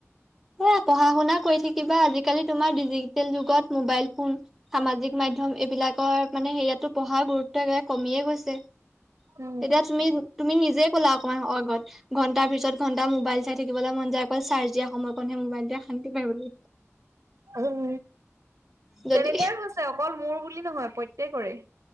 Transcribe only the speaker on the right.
উম,
উম,
তেনেকুৱাই হৈছে অকল মোৰ বুলি নহয় প্ৰত্যেক তে কৰে।